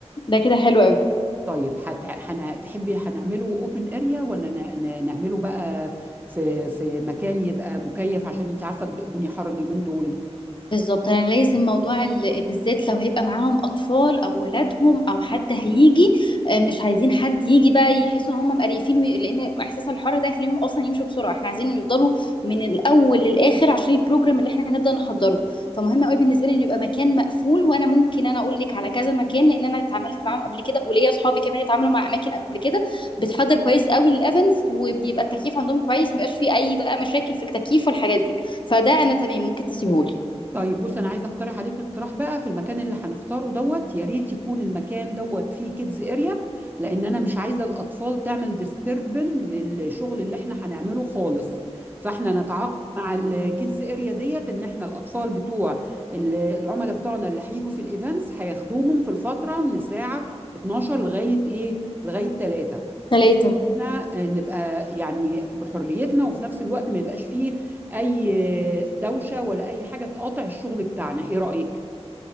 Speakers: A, on the left; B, on the right.
A: ده كده حلو قوي
B: طيب هت... هن... تحبي هنعمله اوبن اريا ولا ن... ن... نعمله بقى في في مكان يبقى مكيف عشان انت عارفة الد- الدنيا حر اليومين دول
A: بالظبط انا لازم موضوع ال- آه، بالذات لو هيبقى معاهم اطفال او ولادهم او حد هيجي آه، مش عايزين حد يجي بقى يحسوا ان هم مقريفين وي... لان احساس الحراره ده يخليهم اصلا يمشوا بسرعه احنا عايزين يفضلوا من الاول للاخر عشان البروجرام اللي احنا هنبدا نحضره فمهم قوي بالنسبه لي ان يبقى مكان مقفول وانا ممكن انا اقول لك على كذا مكان لان انا اتعاملت معاهم قبل كده وليا اصحابي كمان اتعاملوا مع اماكن قبل كده بتحضر كويس قوي للايفنتس وبيبقى التكييف عندهم كويس مبقاش فيه اي بقى مشاكل في التكييف والحاجات دي فده انا تمام ممكن تسيبهولي
B: طيب بص انا عايزه اقترح عليك اقتراح بقى في المكان اللي هنختاره دوت يا ريت يكون المكان دوت فيه كيدز اريا لان انا مش عايزه الاطفال تعمل ديستربن للشغل اللي احنا هنعمله خالص فاحنا نتعاقد مع الكيدز اريا ديت ان احنا الاطفال بتوع ال- العملاء بتوعنا اللي هيجوا في الايفنتس هياخدوهم في الفتره من الساعه 12 لغايه ايه لغايه 3 بحيث
A: ثلاثة
B: احنا نبقى يعني بحريتنا وفي نفس الوقت ما يبقاش فيه اي دوشه ولا اي حاجه تقاطع الشغل بتاعنا ايه رايك